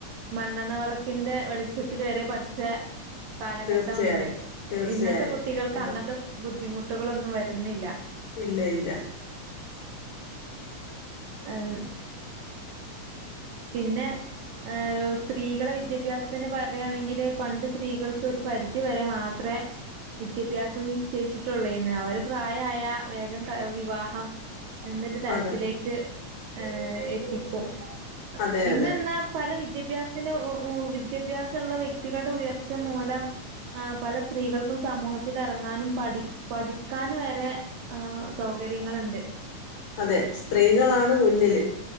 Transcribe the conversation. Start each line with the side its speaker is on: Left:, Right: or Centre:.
Right: മണ്ണെണ്ണ വെളക്കിൻ്റെ വെളിച്ചത്തിൽ വരെ പഠിച്ചെ കാലഘട്ടം
Left: തീർച്ചയായിട്ടും
Right: ഉണ്ട്
Left: തീർച്ചയായും
Right: ഇന്നത്തെ കുട്ടികൾക്ക്
Left: അതെ
Right: അങ്ങൻത്തെ ബുദ്ധിമു മുട്ടുകളൊന്നും വരുന്നില്ല
Left: ഇല്ല ഇല്ല
Right: മ്മ് പിന്നെ ഏഹ് സ്ത്രീകളെ വിദ്യാഭ്യാസത്തിനു പറയുകയാണെങ്കില് പണ്ട് സ്ത്രീകൾക്ക് ഒരു പരിധിവരെ മാത്രേ വിദ്യാഭ്യാസം നിശ്ചയിച്ചിട്ടുള്ളൂ എന്ന് അവര് പ്രായായ വേഗം വിവാഹം എന്നൊരു തലത്തിലേക്ക്
Left: അതെ
Right: ഏഹ് എത്തിക്കും
Left: അതെ
Right: പിന്ന
Left: അതെ
Right: എന്നാ പല വി വിദ്യാഭ്യാസത്തിന്‌ ഉ ഉ വിദ്യാഭ്യാസം ഉള്ള വ്യക്തികളുടെ ഉയർച്ച മൂലം ആ പല സ്ത്രീകൾക്കും സമൂഹത്തിൽ ഇറങ്ങാനും പഠി പഠിക്കാനും വരെ ആഹ് സൗകര്യങ്ങളുണ്ട്
Left: അതെ സ്ത്രീകളാണ് മുന്നില്